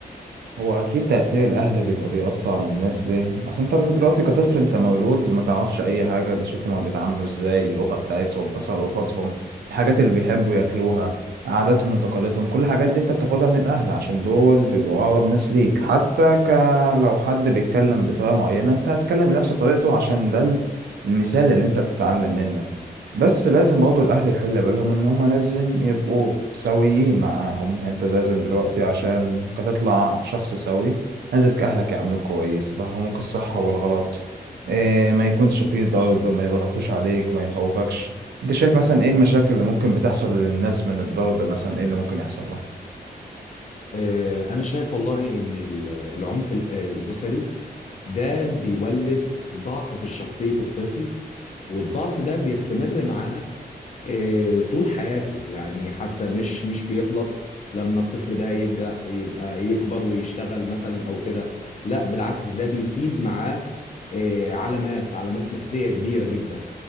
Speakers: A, on the right; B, on the left.
A: هو اكيد تأثير الاهل بيبقى بيأثر على الناس ليه اصل انت دلوقتي كطفل انت مولود ما تعرفش اي حاجة بتشوفهم هما بيتعاملوا ازاي اللغة بتاعتهم تصرفاتهم الحاجات اللي بيحبوا ياكلوها عاداتهم وتقاليدهم كل الحاجات دي انت بتاخدها من الاهل عشان دول بيبقوا اقرب ناس ليك حتى ك... لو حد بيتكلم بطريقة معينة انت هتتكلم بنفس طريقته عشان ده ال- المثال اللي انت بتتعلم منه بس لازم برضه الأهل يخلي بالهم إن هما لازم يبقوا سويين معاهم يعني أنت لازم دلوقتي عشان تطلع شخص سوي لازم أهلك يعاملوك كويس يفهموك الصح والغلط إيه ما يكونش فيه ضرب ما يضغطوش عليك ما يخوفكش أنت شايف مثلا إيه المشاكل اللي ممكن بتحصل للناس من الضرب مثلا إيه اللي ممكن يحصل لها
B: آه، انا شايف والله ان ال- العنف الأ- الاسري ده بيولد ضعف في شخصية الطفل والضعف ده بيستمر معاه آه، طول حياته يعني حتى مش مش بيخلص لما الطفل ده يبدأ يبقى يكبر ويشتغل مثلا او كده لا بالعكس ده بيسيب معاه آه، علامات علامات نفسية كبيرة جدا